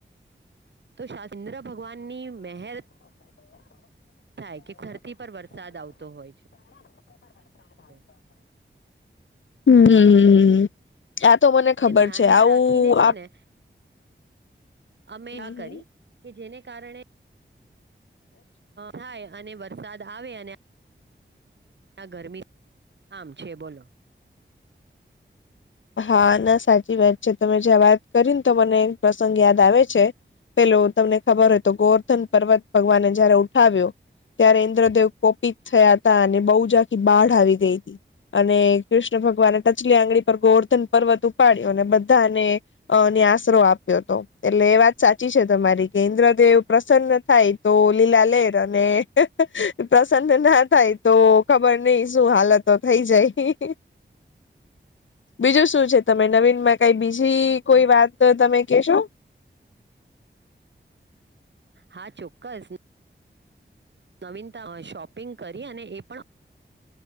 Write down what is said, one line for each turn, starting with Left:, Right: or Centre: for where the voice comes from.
Right: તો. ઇન્દ્ર ભગવાનની મહેર. થાય કે ખરતી પર વરસાદ આવતો હોય છે. હમ્મ
Left: હમમ, આ તો મને ખબર
Right: એ ધ્યાનમાં
Left: છે, આવું
Right: રાખીને છે ને અમે
Left: હમ
Right: આ
Left: હમ
Right: કરી કે જેને કારણે. થાય અને વરસાદ આવે અને. આ ગરમી આમ છે, બોલો.
Left: હા ના સાચી વાત છે, તમે જ્યાં વાત કરીને તો મને એક પ્રસંગ યાદ આવે છે. પેલો તમને ખબર હોય તો ગોવર્ધન પર્વત ભગવાને જયારે ઉઠાવ્યો. ત્યારે ઇન્દ્રદેવ કોપિત થયા હતા અને બહુજખી બાઢ આવી ગઈ હતી. અને કૃષ્ણ ભગવાન ટચલી આંગળી. ગોવર્ધન પર્વત ઉપાડ્યો અને બધાને અ નિયા આશરો આપ્યો હતો એટલે એ વાત સાચી. છે, તમારી કે ઇન્દ્રદેવ પ્રસન્ન થાય તો લીલા લેર અને પ્રસન્ન. ના થાય તો ખબર નઈ શું હાલતો થઈ જાય.
Right: <unintelligible> <inaudible>
Left: બીજું શું છે તમે નવીનમાં કઈ બીજી કોઈ વાત તમે કેશો?
Right: હા ચોક્કસ. નવીનતા શોપિંગ કરી અને એ પણ.